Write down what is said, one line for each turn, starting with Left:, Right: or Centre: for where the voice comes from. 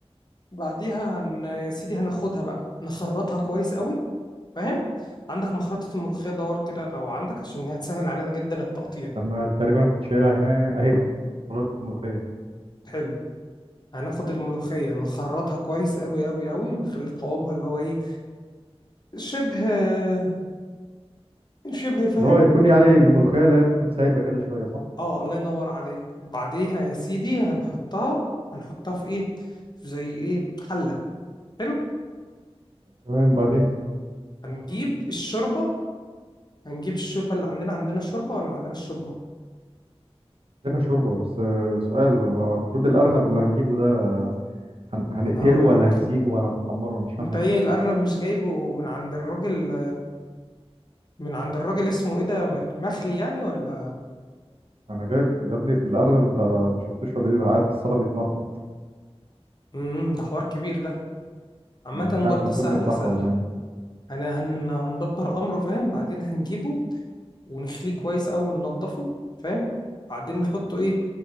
Left: بعديها هن يا سيدي هناخدها بقى نخرطها كويس قوي فاهم عندك مخرطة الملوخية دور كده لو عندك عشان هتسهل علينا جدا التقطيع
Right: استنى تقريبا كنت شايلها هنا أهي خلطة الملوخية
Left: حلو هناخد الملوخية نخرطها كويس قوي قوي قوي ونخلي قوامها اللي هو ايه شبه شبه فاهم
Right: اللي هو يكون يعني الملوخية اللي هي تكون سايبة كده شوية صح
Left: اه الله ينور عليك بعديها يا سيدي هنحطها هنحطها في ايه في زي ايه حلة حلو
Right: تمام بعدين
Left: هنجيب الشوربة هنجيب الشوربة اللي عندنا عندنا الشوربة ولا ما عندناش شوربة
Right: هنا شوربة بس آه، سؤال هو هو المفروض الأرنب اللي هنجيبه ده هن... هنقتله
Left: انا هقول
Right: ولا
Left: لك
Right: هنسيبه ولا هنحمره أنا مش فاهم
Left: انت
Right: حاجة
Left: ايه الارنب مش جايبه من عند الراجل من عند الراجل اسمه ايه ده مت- مخلي يعني ولا
Right: أنا جايب يا ابني الأرنب أنت ما شفتوش ولا إيه ده قاعد في الصالة بيتنطط
Left: امم ده حوار كبير ده عامة
Right: أنا مش عارف
Left: برضه
Right: المفروض
Left: سهلة
Right: نذبحه
Left: سهلة
Right: ولا نعمل
Left: انا هن... هندبر امره فاهم بعدين هنجيبه ونخليه كويس اوي وننضفه فاهم بعدين نحطه ايه